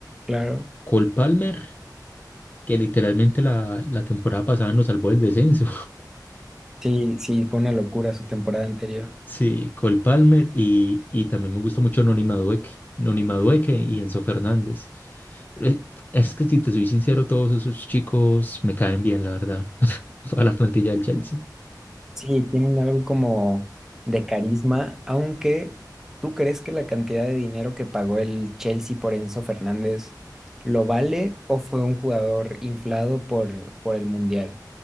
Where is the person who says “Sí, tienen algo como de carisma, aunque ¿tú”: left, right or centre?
Centre